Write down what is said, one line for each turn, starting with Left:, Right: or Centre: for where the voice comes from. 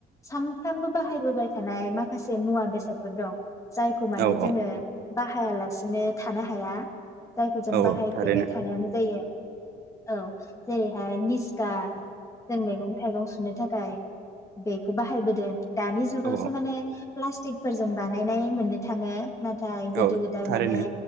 Left: सानफ्रामबो बाहायबोबाय थानाय माखासे मुवा बेसाद फोरदं जायखौ माने
Right: औ औ
Left: जोङो बाहायालासिनो थानो हाया। जायखौ जों
Right: औ
Left: बाहायफ्लेबाय
Right: औ थारैनो
Left: थानायानो जायो। औ जेरै <unintelligible> निस्खा जों मैगं सुनो थाखाय बेखौ बाहायबोदों । दानि जुगावसो
Right: औ
Left: माने प्लास्टिकफोरजों बानायनाय मोननो थाङो । नाथाय गोदो
Right: औ
Left: गोदाय
Right: थारैनो
Left: माने